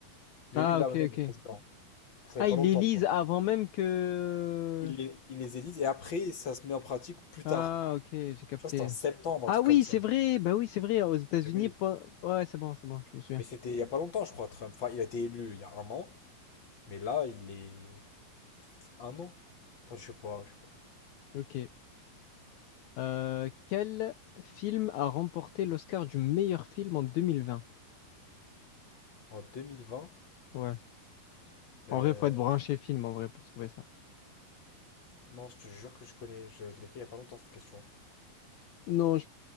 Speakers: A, on the left; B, on the left.
A: Mais
B: Ah,
A: oui, là,
B: ok,
A: maintenant,
B: ok.
A: il est président. Ça
B: Ah,
A: fait pas
B: il
A: longtemps,
B: élise
A: quoi.
B: avant même que...
A: Il les, il les élise, et après, ça se met en pratique plus
B: Ah,
A: tard.
B: ok, j'ai capté.
A: Je crois que c'était en septembre,
B: Ah
A: un truc
B: oui,
A: comme ça.
B: c'est vrai. Bah oui, c'est vrai. Aux États-Unis,
A: Eh Oui.
B: pas- ouais, c'est bon, c'est bon, je me souviens.
A: Mais c'était il y a pas longtemps, je crois, Trump. Enfin, il a été élu il y a un an, mais là, il est. Ça fait peut-être un an. Enfin, je sais pas, je sais pas.
B: Ok. Euh, quel film a remporté l'Oscar du meilleur film en 2020?
A: En 2020.
B: Ouais.
A: euh,
B: En vrai, faut être branché film, en vrai, pour trouver ça.
A: Non, je te jure que je connais. Je, je l'ai fait il y a pas longtemps, cette question.
B: Non, je-